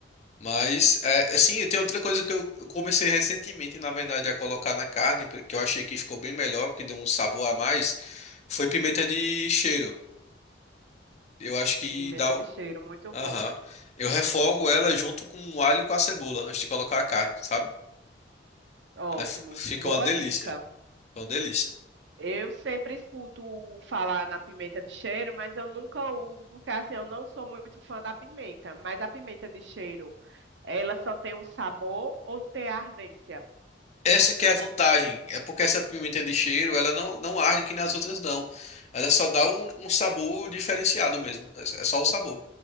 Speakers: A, on the left; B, on the right.
A: Mas, é, assim, tem outra coisa que eu eu comecei recentemente, na verdade, a colocar na carne, que eu achei que ficou bem melhor, porque deu um sabor a mais, foi pimenta de cheiro. Eu acho que
B: Pimenta
A: dá. o-
B: de cheiro, muito bom.
A: Aham. Eu refogo ela junto com o alho e com a cebola, antes de colocar a carne, sabe?
B: Ótimo.
A: Aí f- fica
B: Boa
A: uma delícia.
B: dica.
A: Fica uma delícia.
B: Eu sempre escuto falar na pimenta de cheiro, mas eu nunca uso, porque assim, eu não sou muito fã da pimenta. Mas a pimenta de cheiro, ela só tem um sabor ou tem ardência?
A: Essa que é a vantagem, é porque essa pimenta de cheiro, ela não, não arde que nas outras não. Ela só dá um, um sabor diferenciado mesmo. É só é só o sabor.